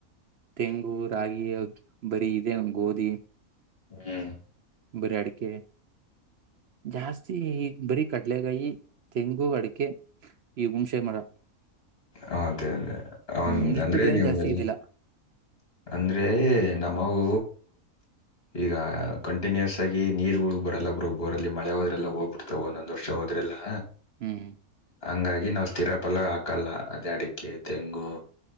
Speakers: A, on the right (about 60°); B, on the left (about 40°).
A: ತೆಂಗು, ರಾಗಿ, ಬರಿ ಇದೆ ಗೋದಿ
B: ಹುಂ
A: ಬರಿ ಅಡಕಿವು ಜಾಸ್ತಿ ಈಗ ಬರೀ ಕಡ್ಲೆಕಾಯಿ, ತೆಂಗು, ಅಡಿಕೆ ಈ ಗುಣಷೆ ಮರಾ
B: ಹೌದು ಹೌದು ಅವನು
A: ಹ್ಮ್ ಇಷ್ಟ
B: ಅಂದ್ರೆ
A: ಬಿಟ್ರೇನೆ
B: ನಿಮಲ್ಲಿ
A: ಜಾಸ್ತಿ ಇದಿಲ್ಲ
B: ಅಂದ್ರೆ ನಮವು ಈಗ ಕಂಟಿನ್ಯೂಸ್ ಆಗಿ ನೀರುಗಳ ಬರಲ್ಲ ಬೊರಲ್ಲಿ ಮಳೆ ಹೋದ್ ಲ್ಲ ಹೋಗ್ಬಿಡ್ತಾರೆ ಅ ಒಂದೊಂದು ವರ್ಷ ಹೋದ್ರಲ್ಲಾ
A: ಹುಂ
B: ಹಂಗಾಗಿ ನಾವು ಸ್ಥೀರ ಪಲ್ಲ ಹಾಕಲ್ಲ ಅದ ಅಡಿಕೆ ತೆಂಗು